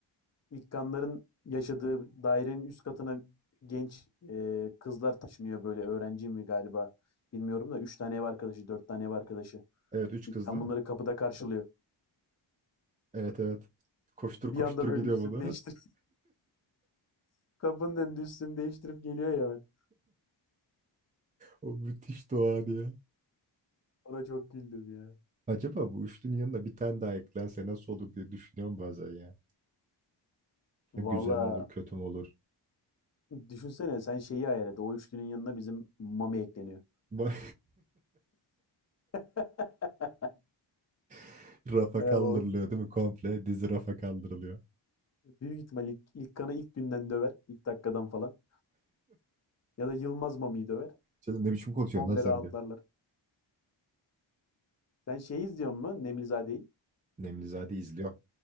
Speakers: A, on the left; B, on the right.
A: İlkanların yaşadığı dairenin üst katına genç eee, kızlar taşınıyor böyle öğrenci mi galiba bilmiyorum da 3 tane ev arkadaşı 4 tane ev arkadaşı.
B: evet üç
A: İlkan
B: kız değil
A: bunları
B: mi?
A: kapıda karşılıyor.
B: Evet evet. Koştur
A: Bir
B: koştur
A: anda böyle
B: gidiyor
A: üstünü
B: bunlara.
A: değiştirip <laughs> kapının önünde üstünü değiştirip geliyor ya ben.
B: O müthiş doğa ya.
A: Ona çok güldüm ya.
B: Acaba bu üçlünün yanında bir tane daha eklense nasıl olur diye düşünüyorum bazen ya. Ha, Güzel
A: Valla
B: mi olur kötü mü olur?
A: Düşünsene sen şeyi hayal et. O üçlünün yanına bizim Mami ekleniyor.
B: Ba-
A: <laughs>
B: <laughs> Rafa
A: Evet,
B: kaldırılıyor
A: o
B: değil mi? Komple dizi rafa kaldırılıyor.
A: büyük ihtimal ilk, ilk kanı ilk günden döver. ilk dakikadan falan. Ya da Yılmaz Mami'yi döver.
B: Sen ne biçim konuşuyorsun
A: Komple
B: lan sen
A: rahatlarlar.
B: diye.
A: Sen şeyi izliyor musun? Nemlizade'yi.
B: Nemlizade izliyor.